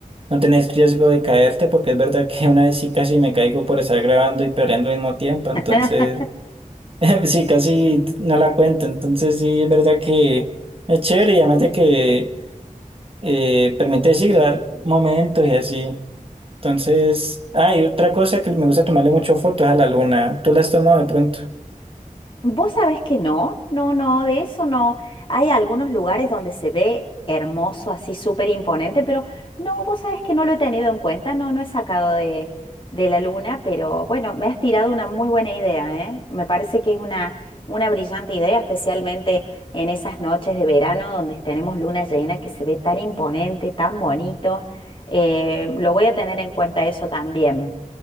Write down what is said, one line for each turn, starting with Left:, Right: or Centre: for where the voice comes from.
Right: No tenés riesgo de caerte porque es verdad que <laughs> una vez sí casi me caigo por estar grabando y perdiendo al mismo tiempo, entonces
Left: <laughs>
Right: <laughs> Sí, casi no la cuento, entonces sí es verdad que es chévere y además de que eh, permite sí grabar momentos y así. Entonces, hay otra cosa que me gusta tomarle mucho fotos a la luna. ¿Tú las has tomado de pronto?
Left: Vos sabés que no, no, no, de eso no. Hay algunos lugares donde se ve hermoso, así súper imponente, pero no, vos sabés que no lo he tenido en cuenta, no, no he sacado de, de la luna, pero bueno, me has tirado una muy buena idea, ¿eh? Me parece que es una, una brillante idea, especialmente en esas noches de verano donde tenemos luna llena que se ve tan imponente, tan bonito. Eh, lo voy a tener en cuenta eso también.